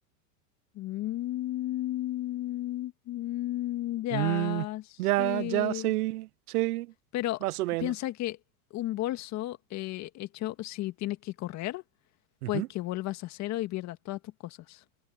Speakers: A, on the left (about 35°); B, on the right (about 80°).
A: Mm, mm, ya,
B: Mm,
A: sí.
B: ya, ya, sí, sí,
A: Pero
B: más o menos.
A: piensa que un bolso eh, hecho, si tienes que correr, pues
B: Ujú.
A: que vuelvas a cero y pierdas todas tus cosas.